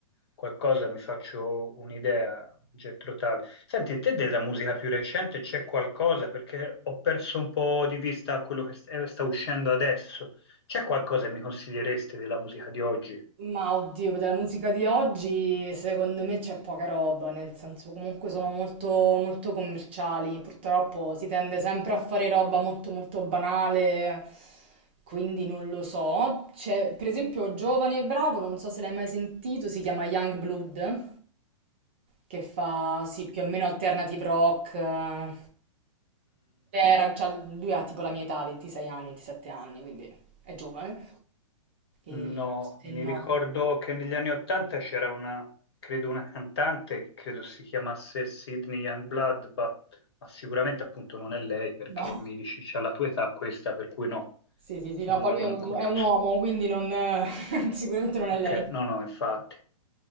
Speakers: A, on the left (about 50°); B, on the right (about 20°).
A: qualcosa mi faccio un'idea, un getto tale. Senti, te della musica più recente c'è qualcosa? Perché ho perso un po' di vista quello che st- eh, sta uscendo adesso. C'è qualcosa che mi consiglieresti della musica di oggi?
B: Ma oddio, della musica di oggi secondo me c'è poca roba, nel senso comunque sono molto, molto commerciali, purtroppo si tende sempre a fare roba molto molto banale, quindi non lo so. C'è per esempio Giovane e Bravo, non so se l'hai mai sentito, si chiama Young Blood, che fa sì più o meno alternative rock, eh, era- c'ha- lui ha tipo la mia età, 26 anni, 27 anni, quindi è giovane.
A: No,
B: E se
A: mi
B: no,
A: ricordo che negli anni Ottanta c'era una, credo una cantante, che credo si chiamasse Sydney Youngblood, ma, ma sicuramente appunto non è lei perché
B: no.
A: mi dici c'ha la tua età questa, per cui no,
B: Sì, sì, sì, no,
A: no-
B: poi lui
A: non
B: è un,
A: conosco.
B: è un uomo, quindi non, <laughs> sicuramente non è
A: Ok,
B: lei.
A: no, no, infatti.